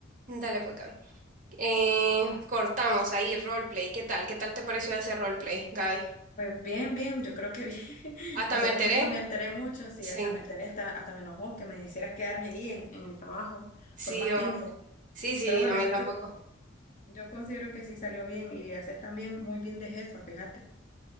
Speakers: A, on the right; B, on the left.
A: dale pues, Gaby. Eh,
B: Sí.
A: cortamos ahí, roleplay. ¿Qué tal? ¿Qué tal te pareció ese roleplay, Gaby?
B: Pues bien, bien, yo creo que bien. <laughs>
A: Hasta
B: En
A: me
B: un
A: alteré.
B: momento me alteré mucho, sí,
A: Sí,
B: hasta me alteré, hasta, hasta me enojó que me hicieras quedarme ahí en, en el trabajo
A: sí,
B: por más
A: hombre.
B: tiempo.
A: Sí, sí,
B: Pero bueno,
A: a mí
B: yo,
A: tampoco.
B: yo Yo considero que sí salió bien y le haces también muy bien de jefa, fíjate.